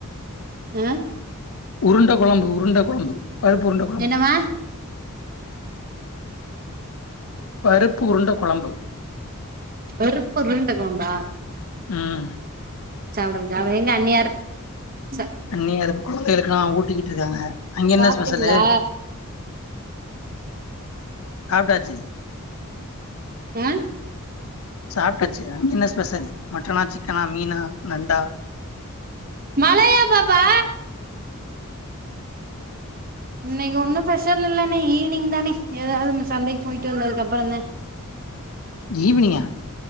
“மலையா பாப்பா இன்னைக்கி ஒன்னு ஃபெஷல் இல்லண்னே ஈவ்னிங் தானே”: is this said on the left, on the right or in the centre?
Right